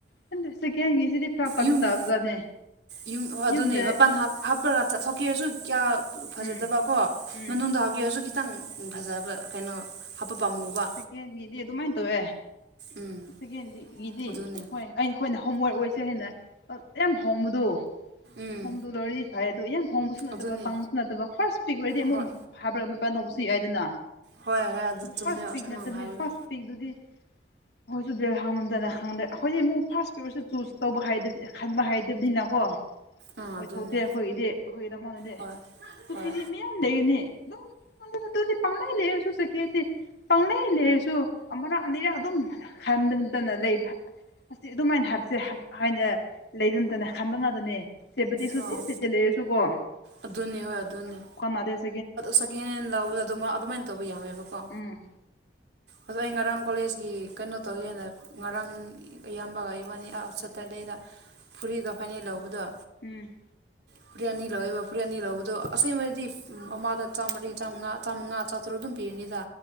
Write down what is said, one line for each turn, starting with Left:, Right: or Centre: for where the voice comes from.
Left: ꯈꯟꯗꯦ ꯁꯦꯀꯦꯟꯒꯤ ꯀꯤꯁꯤꯗꯤ ꯐ꯭ꯔꯥꯛ ꯐ꯭ꯔꯥꯛꯇꯤ
Right: ꯌꯨꯝꯒꯤ
Left: ꯇꯥꯕꯖꯥꯠꯅꯦ
Right: ꯌꯨꯝ ꯍꯣꯏ ꯑꯗꯨꯅꯦ
Left: ꯌꯨꯝꯗ
Right: ꯃꯄꯥꯟ ꯍꯥꯞ ꯍꯥꯞꯔꯒ ꯆꯠꯊꯣꯛꯀꯦꯁꯨ ꯀꯌꯥ ꯐꯖꯗꯕ
Left: ꯎꯝ
Right: ꯀꯣ
Left: ꯎꯝ
Right: ꯃꯅꯨꯡꯗ ꯍꯥꯞꯀꯦꯁꯨ ꯈꯤꯇꯪ ꯐꯖꯕ ꯀꯩꯅꯣ ꯍꯥꯞꯄ ꯄꯥꯝꯃꯨꯕ
Left: ꯌꯦꯟꯒꯤꯗꯤ ꯑꯗꯨꯃꯥꯏꯟ ꯇꯧꯋꯦ
Right: ꯎꯝ
Left: ꯁꯦꯀꯦꯟꯗꯤꯒꯤꯗꯤ
Right: ꯑꯗꯨꯅꯦ
Left: ꯑꯗꯨꯝ ꯍꯣꯏ ꯑꯩ ꯑꯩꯈꯣꯏꯅ ꯍꯣꯝꯋꯥꯔꯛ ꯑꯣꯏꯁꯦ ꯍꯥꯏꯅ ꯑ ꯌꯥꯝ ꯍꯣꯡꯕꯗꯨ
Right: ꯎꯝ
Left: ꯍꯣꯡꯕꯗꯨ ꯂꯣꯏꯔꯗꯤ ꯐꯩ ꯑꯗꯨ ꯌꯥꯝ ꯍꯣꯡꯕꯁꯨ ꯅꯠꯇꯕ
Right: ꯑꯗꯨꯅꯦ
Left: ꯇꯥꯡꯕꯁꯨ ꯅꯠꯇꯕ ꯐꯥꯔꯁ ꯄꯤꯛ ꯑꯣꯏꯔꯗꯤ ꯑꯃꯨꯛ
Right: ꯍꯣꯏ
Left: <unintelligible> ꯃꯄꯥꯟ ꯇꯧꯕꯁꯨ ꯌꯥꯏꯗꯅ
Right: ꯍꯣꯏ ꯍꯣꯏ
Left: ꯑꯗꯨ
Right: ꯆꯨꯝꯃꯦ
Left: ꯐꯥꯔꯁ ꯄꯤꯛ
Right: ꯑꯁ
Left: ꯅꯠꯇꯕꯗꯤ
Right: ꯅꯪꯅ ꯍꯥꯏꯕꯗꯣ
Left: ꯐꯥꯔꯁ ꯄꯤꯛ ꯗꯨꯗꯤ ꯑꯩꯈꯣꯏꯁꯨ ꯕꯦꯜ ꯍꯥꯡꯉꯝꯗꯅ <unintelligible> ꯑꯩꯈꯣꯏꯗꯤ ꯑꯃꯨꯛ ꯐꯥꯔꯁ <unintelligible> ꯆꯨꯁ ꯇꯧꯕ <unintelligible> ꯈꯟꯕ ꯍꯩꯗꯕꯗꯤꯅꯀꯣ
Right: ꯑꯥ
Left: ꯑꯣꯏꯊꯣꯛꯇꯦ
Right: ꯑꯗꯨꯅꯦ
Left: ꯑꯩꯈꯣꯏꯒꯤꯗꯤ ꯑꯩꯈꯣꯏꯒꯤꯗꯃꯛꯇꯗꯤ
Right: ꯍꯣꯏ
Left: <unintelligible>
Right: ꯍꯣꯏ
Left: ꯃꯌꯥꯝ ꯂꯩꯒꯅꯤ ꯑꯗꯨꯝ ꯑꯗꯨꯗꯤ ꯄꯥꯝꯂꯩ ꯂꯩꯔꯁꯨ ꯁꯦꯀꯦꯟꯗꯤ ꯄꯪꯪꯂꯩ ꯂꯩꯔꯁꯨ ꯑꯃꯔꯛ ꯑꯅꯤꯔꯛ ꯑꯗꯨꯝ ꯍꯟꯗ ꯅꯠꯇꯅꯥ ꯂꯩꯕ ꯑꯁꯤ ꯑꯗꯨꯃꯥꯏꯅ ꯍꯥꯞꯁꯦ ꯍꯥꯏꯅ ꯂꯩꯕꯝꯗꯅ ꯈꯟꯕ ꯉꯥꯛꯇꯅꯦ꯫ <unintelligible>
Right: ꯑꯣ ꯑꯗꯨꯅꯤ ꯍꯣꯏ ꯑꯗꯨꯅꯤ ꯁꯦꯀꯦꯟ ꯍꯦꯟ ꯂꯧꯕꯗ ꯑꯗꯨ ꯑꯗꯨꯃꯥꯏꯅ ꯇꯧꯕ ꯌꯥꯋꯦꯕꯀꯣ꯫
Left: ꯎꯝ
Right: ꯑꯗꯣ ꯑꯩ ꯉꯔꯥꯡ ꯀꯣꯂꯦꯖꯀꯤ ꯀꯩꯅꯣ ꯇꯧꯒꯦꯅ ꯉꯔꯥꯡ, ꯑꯌꯥꯝꯕꯒ ꯏꯕꯥꯟꯅꯤ ꯑꯥꯎꯠꯁꯇ ꯐꯨꯔꯤꯒ ꯐꯥꯅꯦꯛ ꯂꯧꯕꯗꯣ,
Left: ꯎꯝ
Right: ꯐꯨꯔꯤꯠ ꯑꯅꯤ ꯂꯧꯋꯦꯕ ꯐꯨꯔꯤꯠ ꯑꯅꯤ ꯂꯧꯕꯗꯣ ꯑꯁꯦꯡꯕꯗꯤ ꯑꯃꯗ ꯆꯥꯝꯃꯔꯤ ꯆꯥꯝꯃꯉꯥ ꯆꯥꯝꯃꯉꯥ ꯆꯥꯇ꯭ꯔꯨꯛ ꯑꯗꯨꯝ ꯄꯤꯒꯅꯤꯗ꯫